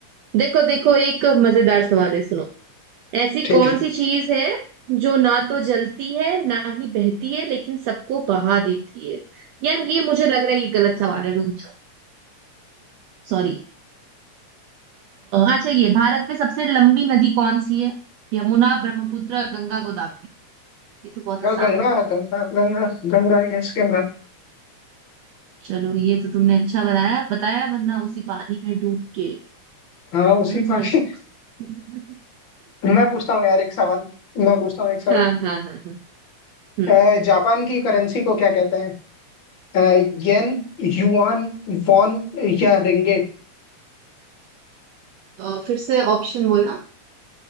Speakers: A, on the right; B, on the left.
A: देखो देखो एक मजेदार सवाल है सुनो ऐसी
B: ठीक
A: कौन
B: है
A: सी चीज है जो ना तो जलती है ना ही बहती है लेकिन सबको बहा देती है यार ये मुझे लग रहा है ये गलत सवाल है रुक जाओ सॉरी अच्छा ये भारत में सबसे लंबी नदी कौन सी है यमुना ब्रह्मपुत्र गंगा गोदावरी ये तो बहुत आसान
B: हाँ गंगा
A: है
B: गंगा गंगा गंगा यस गंगा
A: चलो ये तो तुमने अच्छा बताया बताया वरना उसी पानी में डूब के
B: हाँ उसी
A: समझ
B: पानी
A: रहे हो
B: मैं पूछता हूँ यार एक सवाल मैं पूछता हूँ एक सवाल
A: <laughs> हाँ हाँ हाँ हाँ हम्म
B: अ, जापान की करेंसी को क्या कहते हैं अ, येन युआन वॉन या रिंगेट
A: अ, फिर से ऑप्शन बोलना